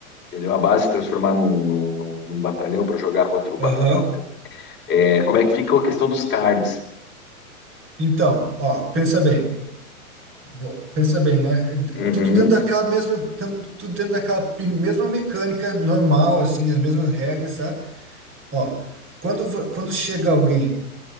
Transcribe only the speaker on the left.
entendeu? A base se transformar num, num- num- num batalhão para jogar contra o
batalhão. É, como é que fica a questão dos cards?
Uhum,